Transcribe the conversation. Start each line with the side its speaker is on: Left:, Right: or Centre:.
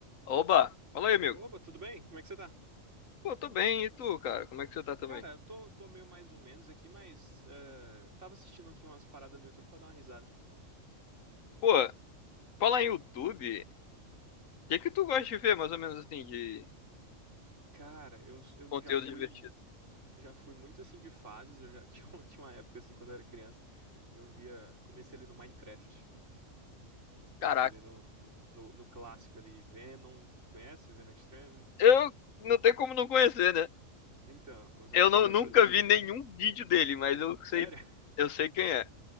Left: Oba! Fala aí, amigo.
Right: Oba, tudo bem? Como é que você tá?
Left: Pô, tô bem, e tu, cara? Como é que você tá também?
Right: Cara, eu tô, tô meio mais ou menos aqui, mas eh, tava assistindo aqui umas paradas no YouTube pra dar uma risada.
Left: Pô, fala em YouTube. O que que tu gosta de ver, mais ou menos assim, de
Right: Cara, eu, eu
Left: conteúdo
Right: já fui
Left: divertido?
Right: já fui muito assim de fases, eu já <laughs> tinha, um- tinha uma época assim quando eu era criança, eu via, comecei ali no Minecraft, comecei
Left: Caraca,
Right: ali no, no, no clássico ali, Venom, conhece o Venom Extreme?
Left: eu não tem como não conhecer, né?
Right: Então, os
Left: Eu
Right: aventureiros,
Left: não, nunca vi nenhum vídeo dele, mas eu
Right: sério?
Left: sei,
Right: <laughs>
Left: eu sei quem é.